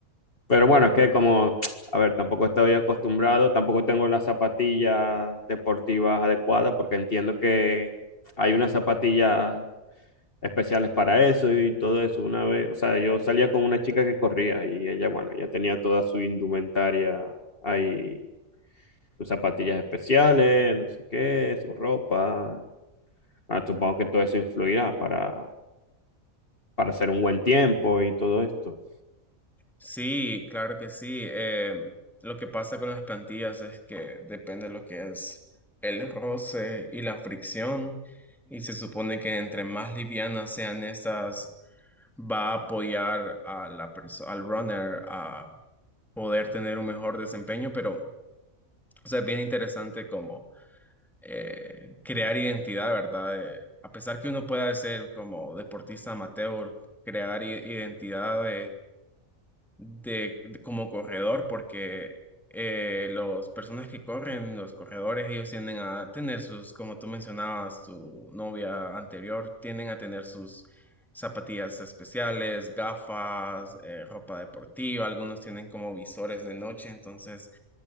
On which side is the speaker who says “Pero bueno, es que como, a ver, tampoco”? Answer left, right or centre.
Left